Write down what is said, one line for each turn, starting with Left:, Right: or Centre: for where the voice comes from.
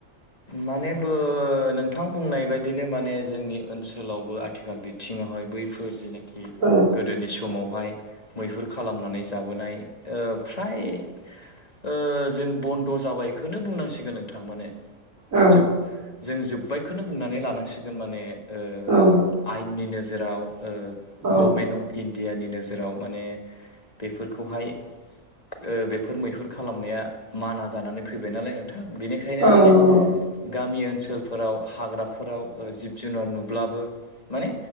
Left: माने बो ओ नोंथां बुंनाय बायदिनो माने जोंनि ओनसोलावबो आथिखाल बिथिङावहाय फोर जेनाखि
Right: औ
Left: गोदोनि समावहाय मैहुर खालामनानै जाबोनाय ओ फ्राय ओ जों बन्द' जाबायखौनो बुंनांसिगोन नोंथां माने
Right: औ
Left: जोब जों जोब्बायखौनो बुंनानै लानांसिगोन माने ओ
Right: औ
Left: आयेननि नोजोराव ओ
Right: औ
Left: गभमेन्ट अफ इण् डियानि नोजोराव माने बेफोरखौहाय ओ बेफोर मैहुर खालामनाया माना जानानै फैबाय नालाय नों थां बेनिखायनो
Right: औ
Left: माने
Right: नंगौ
Left: गामि ओनसो सोलफोराव हाग्राफोराव ओ जिब जुनार नुब्लाबो माने